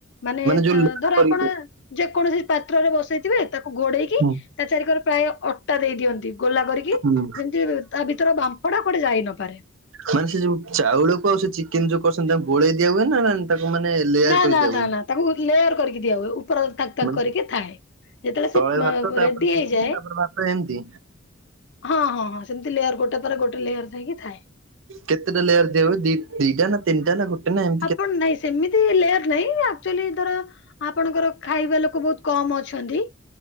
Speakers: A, on the left; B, on the right.
A: ମାନେ
B: ଯୋଉ ଲୋ
A: ଧର
B: କରିକି
A: ଆପଣ ଯେକୌଣସି ପାତ୍ରରେ ବସେଇଥିବେ ତାକୁ ଘୋଡେଇକି
B: ହୁଁ
A: ତା ଚାରିିକରେ ପ୍ରାୟ ଅଟା ଦେଇ ଦିଅନ୍ତି। ଗୋଲା କରିକି
B: ହୁଁ
A: ଯେମିତି ତା ଭିତର ବାମ୍ପଡା କୁଆଡେ ଯାଇ ନପାରେ।
B: ମାନେ ସେ ଯୋଉ ଚାଉଳକୁ ଆଉ ସେ ଚିକେନ ଯୋଉ କରଛନ୍ତି ତାଙ୍କୁ ଗୋଳେଇ ଦିଆ ହୁଏ ନା। ତାକୁ ମାନେ ଲେୟାର
A: ନା
B: କରି
A: ନା
B: ଦିଆ
A: ନା
B: ହୁଏ?
A: ନା ତାକୁ ଲେୟାର କରିକି ଦିଆ ହୁଏ। ଉପର ତାକ ତାକ
B: ମାନେ
A: କରିକି ଥାଏ। ଯେତେବେଳେ
B: ତଳେ
A: ସେ
B: ଭାତ ତାପରେ
A: ରେଡି
B: ଚିକେନ
A: ହେଇଯାଏ
B: ତାପରେ ଭାତ ଏମିତି
A: ହଁ ହଁ ହଁ ସେମିତି ଲେୟର ଗୋଟେ ପରେ ଗୋଟେ ଲେୟର ହେକିଥାଏ।
B: କେତେଟା ଲେୟାର ଦିଆ ହୁଏ ଦି ଦିଟା ନା ତିନିଟା ନା ଗୋଟେ ନା ଏମ
A: ଆପଣ ନାଇଁ ସେମିତି ଏମ କେୟାର ନାଇଁ ଆଚୁଲି ଧର ଆପଣଙ୍କର ଖାଇବା ଲୋକ ବହୁତ କମ ଅଛନ୍ତି।